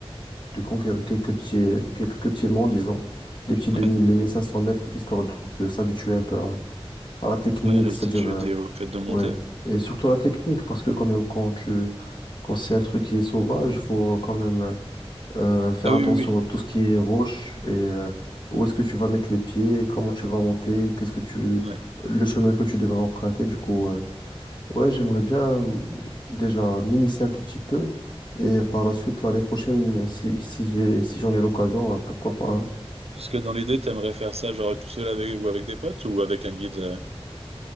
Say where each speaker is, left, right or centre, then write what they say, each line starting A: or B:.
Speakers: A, on the left (about 50°); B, on the right (about 85°).
A: de conquérir quelques petits, quelques petits monts, disons, des petits 2000,
B: Ouais.
A: 2500 mètres, histoire de, de s'habituer un peu à, à la technique,
B: Ouais, à l'altitude
A: c'est-à-dire, euh,
B: et au fait de monter.
A: ouais, et surtout la technique, parce que quand même, quand tu, quand c'est un truc qui est sauvage, faut quand même. euh, Euh, faire
B: Ah oui,
A: attention
B: oui, oui.
A: à tout ce qui est roche et euh, où est-ce que tu vas mettre les pieds, comment tu vas monter, qu'est-ce que tu,
B: Ouais.
A: le chemin que tu devrais emprunter. Du coup, euh, ouais, j'aimerais bien mm, déjà m'initier un tout petit peu et par la suite, l'année prochaine, si, si j'ai, si j'en ai l'occasion, euh, pourquoi pas, hein.
B: Parce que dans l'idée, t'aimerais faire ça genre tout seul avec ou avec des potes ou avec un guide. euh,